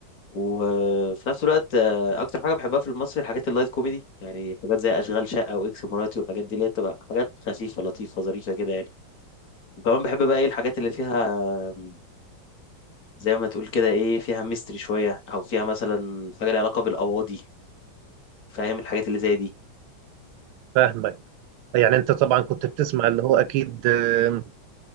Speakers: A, on the left; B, on the right.
A: وفي نفس الوقت آه، اكتر حاجة بحبها في المصري حاجات اللايت كوميدي يعني حاجات زي اشغال شقة واكس مراتي والحاجات دي اللي هي بتبقى حاجات خفيفة لطيفة ظريفة كده يعني وكمان بحب بقى ايه الحاجات اللي فيها آم، زي ما تقول كده ايه فيها ميستري شوية او فيها مثلا حاجة ليها علاقة بالقواضي فاهم الحاجات اللي زي دي
B: فاهمك يعني انت طبعا كنت بتسمع اللي هو اكيد آه، اللي